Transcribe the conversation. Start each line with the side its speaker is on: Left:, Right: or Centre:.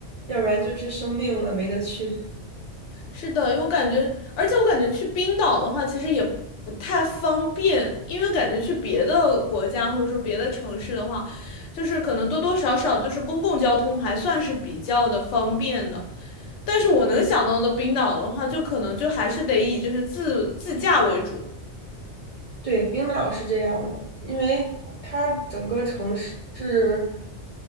Right: 要不然就是生病了没得去。
Left: 是的，因为我感觉，而且我感觉去冰岛的话，其实也不太方便，因为感觉去别的国家或者说别的城市的话，就是可能多多少少就是公共交通还算是比较的方便的。但是我能想到的冰岛的话，
Right: 对。
Left: 就可能就还是得以就是自自驾为主。
Right: 对，冰岛是这样的，因为它整个城市是